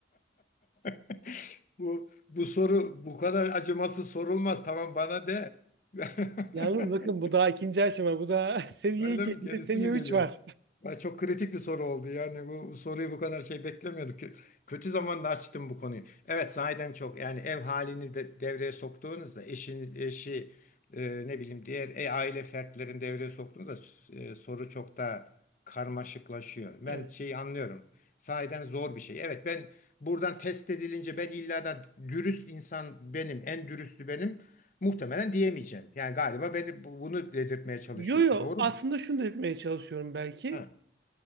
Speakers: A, on the left; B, on the right.
A: <laughs> Bu bu soru bu kadar acımasız sorulmaz. Tamam bana de. <laughs>
B: Yalnız bakın bu daha ikinci aşama. Bu daha <laughs> seviye
A: Öyle
B: 2,
A: mi? Gerisi
B: bir de <laughs> seviye
A: mi
B: 3
A: geliyor?
B: var.
A: Ay çok kritik bir soru oldu. Yani bu, bu soruyu bu kadar şey beklemiyorduk. Kö- Kötü zamanda açtım bu konuyu. Evet sahiden çok yani ev halini de devreye soktuğunuzda eşin eşi e, ne bileyim diğer e, aile fertlerini devreye soktuğunuzda e, soru çok daha karmaşıklaşıyor. Ben
B: Evet.
A: şeyi anlıyorum. Sahiden zor bir şey. Evet ben buradan test edilince ben illa da dürüst insan benim, en dürüstü benim muhtemelen diyemeyeceğim. Yani galiba beni bu- bunu dedirtmeye çalışıyorsun.
B: Yo yo
A: Doğru
B: aslında
A: mu?
B: şunu da etmeye çalışıyorum belki.
A: Ha.